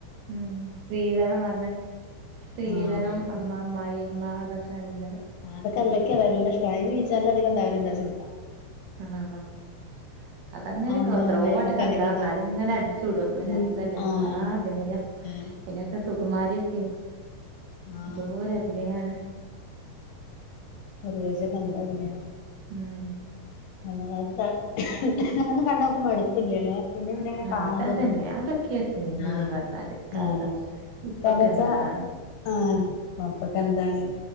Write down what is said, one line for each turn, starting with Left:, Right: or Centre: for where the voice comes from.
Right: ഉം സ്ത്രീതന്ന മഞ്ഞേ സ്ത്രീധനം
Left: ആഹ്
Right: അമ്മ അമ്മ അയയമ്മ അതൊക്കൊറല്ല
Left: ആ അതൊെല്ലക്ക വല്ല ഇഷ്ടമായി വീച്ചാലും അികംണ്ടാവരുണ്ട ആ സിനിമ
Right: ആണോ ആ അതങ്ങനെ
Left: ആ അമ്മാമ്മേമ്മൊക്കെ
Right: കൊത്രോട്ടം കണ്ടരാന്നാലും
Left: അധികം ഉണ്ടാവും
Right: ഇങ്ങനെ അടിച്ചു വിടും രസല്ല
Left: ഉം ആഹ്
Right: എന്താ അന്നെ
Left: ആഹ്
Right: ഇതിനൊക്കെ സുകുമാരിയൊക്കെ
Left: ആഹ്
Right: എന്തോര അഭിനയമാണ്
Left: കുറവച്ച കണ്ട പിന്നെയ
Right: ഉം
Left: നമ അത് അും കണ്ണോക്കുമ്പോ മടുപില്ലല്ലേ പിന്നെ പിന്നെ ഇങ്ങനെ
Right: ആഹ്
Left: കാണാൻ
Right: അത്
Left: തോന്നും
Right: അതന്നെ
Left: നമുക്ക്
Right: അതൊക്കെയാ സിനിമാന്ന്
Left: ആ
Right: പറഞ്ഞാല് കഥ
Left: ആ
Right: ഇപ്പൊക്കെ
Left: കാരണംച്ചാ
Right: എന്താണ്
Left: ആഹ അപ്പക്കെ എന്താണ്